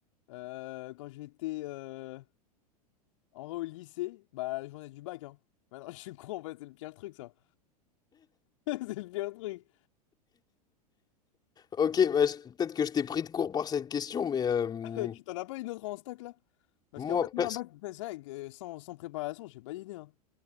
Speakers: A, on the left; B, on the left.
A: Euh, quand j'étais euh, en vrai au lycée, bah la journée du bac, hein. Maintenant, <laughs> je suis con, en fait, c'est le pire truc, ça. <laughs> C'est le pire truc.
B: Ok, bah, je- peut-être que je t'ai pris de court par cette question, mais euh,
A: <laughs> Tu t'en as pas une autre en stock là? Parce
B: moi,
A: qu'en fait, non,
B: perso-
A: en fait c'est vrai que sans, sans préparation, j'ai pas d'idée. hein.